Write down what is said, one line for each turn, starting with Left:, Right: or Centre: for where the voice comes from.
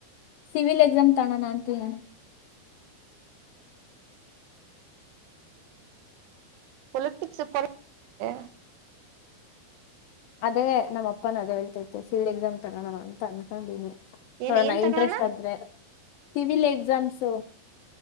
Left: ಸಿವಿಲ್ ಎಕ್ಸಾಮ್ ತಣೋಣ ಅಂತ ಹೇಳಿ
Right: ಪೊಲಿಪಟಿಸ್ಫೋ ಹ
Left: ಅದೇ ನಮ್ಮ ಅಪ್ಪ ನ ಅದೇ ಹೇಳ್ತೈತೆ ಸಿವಿಲ್ ಎಕ್ಸಾಮ್ ತಗೋಣ ಅಂತ ಅನ್ಕೊಂಡಿನಿ
Right: ಏನ್
Left: ನೋಡೋಣ
Right: ಏನ್ ತಗಳಣ
Left: ಇಂಟ್ರೆಸ್ಟ್ ಆದ್ರೆ ಸಿವಿಲ್ ಎಕ್ಸಾಮ್ಸು